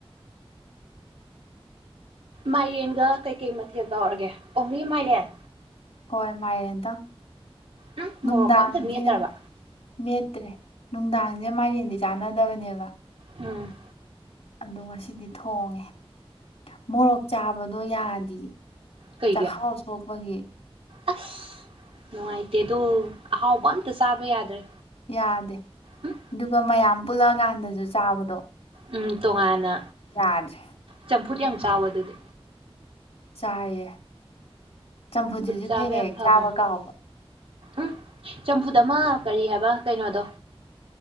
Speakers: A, on the right; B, on the left.
A: ꯃꯥꯏꯔꯦꯟꯒ ꯀꯩꯀꯩ ꯃꯊꯦꯜ ꯇꯧꯔꯒꯦ ꯑꯣꯡꯂꯤ ꯃꯥꯏꯔꯦꯟ
B: ꯍꯣꯏ ꯃꯥꯏꯔꯦꯟ ꯇꯪ
A: ꯎꯝ
B: ꯅꯨꯡꯗꯥꯡꯖꯦ
A: ꯃꯣꯔꯣꯛꯀ ꯑꯝꯇ ꯃꯦꯠꯇ꯭ꯔꯕ
B: ꯃꯦꯠꯇ꯭ꯔꯦ ꯅꯨꯡꯗꯥꯡꯖꯦ ꯃꯥꯏꯔꯦꯟꯗꯤ ꯆꯥꯟꯅꯗꯕꯅꯦꯕ
A: ꯎꯝ
B: ꯑꯗꯣ ꯉꯁꯤꯗꯤ ꯊꯣꯡꯉꯦ ꯃꯣꯔꯣꯛ ꯆꯥꯕꯗꯣ ꯌꯥꯗꯤꯌꯦ
A: ꯀꯩꯒꯤ
B: ꯆꯈꯥꯎ ꯁꫭꯛꯄꯒꯤ
A: ꯑꯁ ꯅꯨꯡꯉꯥꯏꯇꯦꯗꯣ ꯑꯍꯥꯎꯕ ꯑꯝꯇ ꯆꯥꯕ ꯌꯥꯗ꯭ꯔꯦ
B: ꯌꯥꯗꯦ
A: ꯎꯝ
B: ꯑꯗꯨꯒ ꯃꯌꯥꯝ ꯄꯨꯜꯂꯛꯑꯀꯥꯟꯗꯁꯨ ꯆꯥꯕꯗꯣ
A: ꯎꯝ ꯇꯣꯉꯥꯟꯅ
B: ꯌꯥꯗ꯭ꯔꯦ
A: ꯆꯝꯐꯨꯠ ꯌꯥꯝ ꯆꯥꯎꯑꫭ ꯑꯗꯨꯗꯤ
B: ꯆꯥꯏꯌꯦ ꯆꯝꯐꯨꯠ ꯁꯤꯖꯨ
A: ꯆꯥꯕ
B: ꯍꯦꯛ
A: ꯌꯥꯝ
B: ꯍꯦꯛ
A: ꯐꯕꯅꯦ
B: ꯆꯥꯕ ꯀꯥꯎꯕ
A: ꯎꯝ ꯆꯝꯐꯨꯠ ꯑꯃ ꯀꯔꯤ ꯍꯥꯏꯕ ꯀꯩꯅꯣꯗꯣ